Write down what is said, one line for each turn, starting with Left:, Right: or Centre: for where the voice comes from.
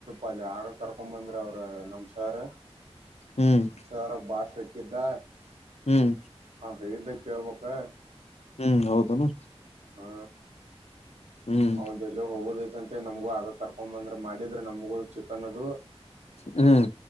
Right: ಅಲ್ಲಿ ಆ ಕರ್ಕೊಂಡ್ ಬಂದ್ರೆ ಅವ್ರ ನಮ್ ಸರ್
Left: ಹ್ಮ್
Right: ಸರ್ ಭಾಷೆ <inaudible>
Left: ಹ್ಮ್
Right: ಹೇಳಿದ್ದೆ ಕೇಳಬೇಕಾ
Left: ಹ್ಮ್ ಹೌದನು
Right: ಹಾ
Left: ಹ್ಮ್
Right: ಅವಂದ ಎಲ್ಲ ಹೋಗೋದೈತಂತೆ ನಮಗ ಆ ಕರ್ಕೊಂಡ್ ಬಂದ್ರ ಮಾಡಿದ್ರ ನಮಗೂ ಚಿಕನ್ ಅದು
Left: ಹ್ಮ್